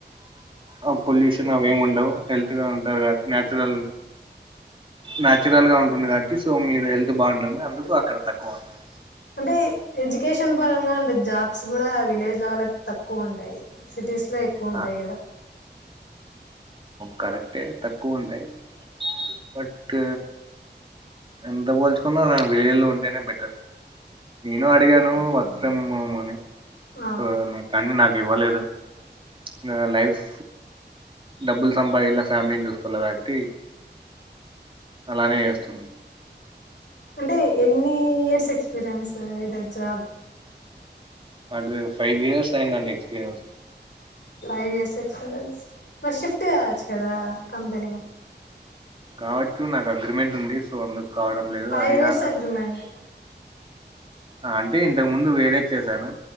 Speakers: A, on the right (about 30°); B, on the left (about 80°).
A: ఆ పొల్యూషన్ అవేము ఉండవు హెల్త్గా ఉంటారు కాట్ న్యాచురల్ నాచురల్ గా ఉంటుంది కాట్టి సో మీరు హెల్త్ బాగుంటుంది అందుకు అక్కడ తక్కువ ఉంటుంది
B: అంటే ఎడ్యుకేషన్ పరంగా అంటే జాబ్స్ గూడా విలేజ్ లో వాలకి తక్కువ ఉంటాయి సిటీస్ లో లో ఎక్కువ ఉంటాయి
A: ఆ
B: కదా
A: కరెక్టే తక్కువ ఉంటాయి బట్ ఎంత పోల్చుకున్నా వెలుల్లో ఉంటేనే బెటర్ నేను అడిగాను వర్క్ ఫ్రమ్ ఓమ్ అని
B: ఆ
A: సో కానీ నాక్ ఇవ్వలేదు ఇంగ లైఫ్ డబ్బులు సంపాఇయాల ఫ్యామిలీని చూసుకోఆల కాబట్టి అలానే చేస్తున్నా
B: అంటే ఎన్నీ ఇయర్స్ ఎక్స్పీరియన్స్ ఇదే జాబ్
A: నాకు ఫైవ్ ఇయర్స్ అయిందిండి ఎక్స్పీరియన్స్
B: ఫైవ్ ఇయర్స్ ఎక్స్పీరియన్స్ మరి షిఫ్ట్ కావచ్చు కదా కంపెనీ
A: కావచ్చు నాకు అగ్రిమెంట్ ఉంది సో అందుకు కావడం లేదు
B: ఫైవ్
A: అదిగాక
B: ఇయర్స్ అగ్రిమెంట్?
A: ఆ అంటే ఇంతకు ముందు వేరేది చేసాను